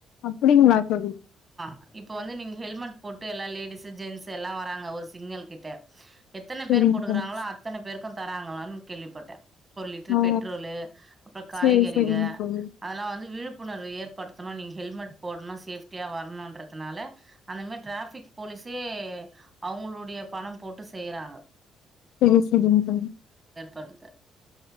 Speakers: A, on the left; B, on the right.
A: அப்டிங்களா தோழி
B: <unintelligible> ப்ப வந்து நீங்க ஹெல்மெட் போட் ட்டு எல்லா லேடிஸ் ஜென்ஸ் எல்லா வராங்க ஒரு சிக்னல் கிட்ட எத்தன
A: சரிங்க
B: பேர் போட்டுக்குறாங்களோ
A: தோழி.
B: அத்தன பேருக்கு தராங்களனு கேள்விப்பட்ட ஒரு லிட்டர்
A: ஓ!
B: பெட்ரோலு அப்றொ காய்கறிக
A: சரி, சரிங்க தோழி.
B: அதெல்லா வந்து விழுப் ப்புணர்வு ஏற்படுத்தணு நீங் ஹெல்மெட் போடணும் சேஃப்டியா வரணுன்றதுனால அந்த மாரி டிராபிக் போலீஸே அவங்களுடைய பணம் போட்டு செய்றாங்க.
A: செரி செரிங்க்கா
B: கடுத்த